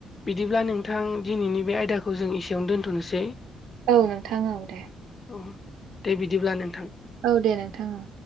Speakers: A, on the left; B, on the right.
A: बिदिब्ला नोंथां दिनैनि बे आयदाखौ जों एसेयावनो दोनथ'नोसै।
B: औ नोंथां औ दे
A: उम दे बिदिब्ला नोंथां।
B: औ दे नोंथां औ